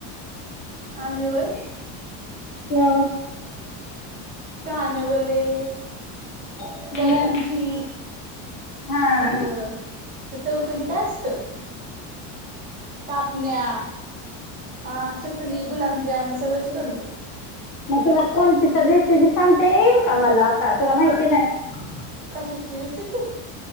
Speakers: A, on the right; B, on the left.
A: आम्ही होय..
B: हा...
A: कानवले
B: हं,
A: करंजी...
B: हा...
A: अ ते चौकणी काय असत... कापण्या... हा चकली गुलामजाम सगळंच
B: ठीक
A: करतो...
B: आहे. मग तुला कोणती तर रेसिपी सांगता येईल का मला का तुला माहिती नाही...
A: कशाची रेसिपी...